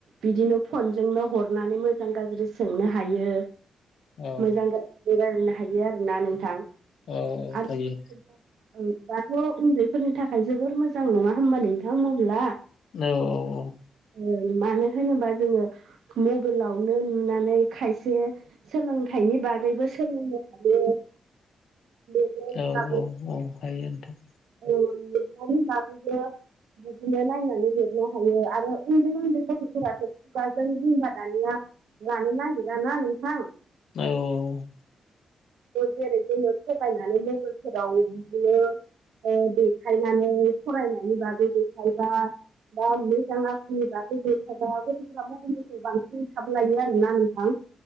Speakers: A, on the right; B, on the left.
A: बिदिनो फनजोंनो हरनानै मोजां गाज्रि सोंनो हायो
B: औ
A: मोजां गाज्रि रायलायनो हायो आरोना नोंथां
B: औ औ
A: आरो
B: हायो
A: ओ दाथ' उन्दैफोरनि थाखाय जोबोर मोजां नङा होमबा नोंथां मबाइला
B: औ औ औ
A: ओं मानो होनोबा जोङो मबाइलावनो नुनानै खायसे सोलोंथाइनि बागैबो सोलोंनो हायो लिरनायनि
B: औ
A: बागै
B: औ औ हायो नोंथां
A: औ <unintelligible> नि बागैबो बिदिनो नायनानै लिरनो हायो आरो उन्दै उन्दै गथ'फोराथ' खुगाजों बुंबा दानिया लानो नागिरा ना नोंथां
B: औ
A: जेरै जोङो थगायनानै मबेलफोराव बिदिनो ओ देखायनानै फरायनायनि बागै देखायबा दा मोजां आखलनि बागै देखायबा गथ'फ्रा मबाइलनिफ्राय बांसिन थाबलायो आरोना नोंथां